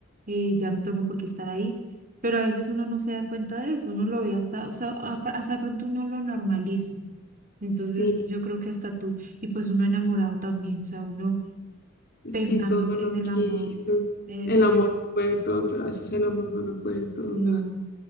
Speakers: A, on the right; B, on the left.
A: eh, ya no tengo por qué estar ahí, pero a veces uno no se da cuenta de eso, uno lo ve hasta, o sea, a- hasta de pronto uno lo normaliza. Entonces
B: sí,
A: yo creo que hasta tú, y pues uno enamorado también, o sea, uno
B: sí,
A: pensando
B: todo
A: en
B: lo quito,
A: el amor, eso,
B: el amor lo puede todo, pero a veces el amor no lo puede todo.
A: no,